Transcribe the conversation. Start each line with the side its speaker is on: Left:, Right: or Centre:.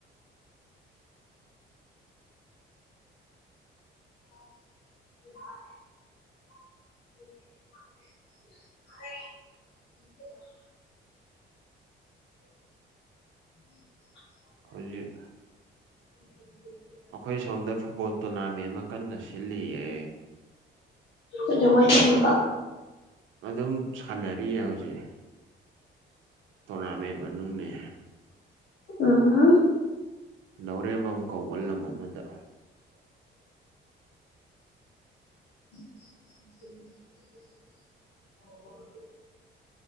Left: <unintelligible> <inaudible> <inaudible>
Right: ꯍꯧꯖꯤꯛ
Left: <inaudible>
Right: ꯑꯩꯈꯣꯏ ꯁꯣꯝꯗ ꯐꯨꯠꯕꯣꯜ ꯇꯣꯔꯅꯥꯃꯦꯟ ꯑꯃ ꯀꯟꯅ ꯁꯤꯜꯂꯤꯌꯦ
Left: ꯑꯗꯨꯗꯉꯥꯏ ꯇꯧꯃꯕ
Right: ꯑꯗꯨꯝ ꯁꯥꯟꯅꯔꯤꯌꯦ ꯍꯧꯖꯤꯛ ꯇꯣꯔꯅꯥꯃꯦꯟ ꯃꯅꯨꯡꯅꯦ
Left: ꯎꯝ
Right: ꯅꯥꯎꯔꯦꯝꯕꯝ ꯀꯧꯕ ꯂꯝ ꯑꯃꯗ
Left: <inaudible>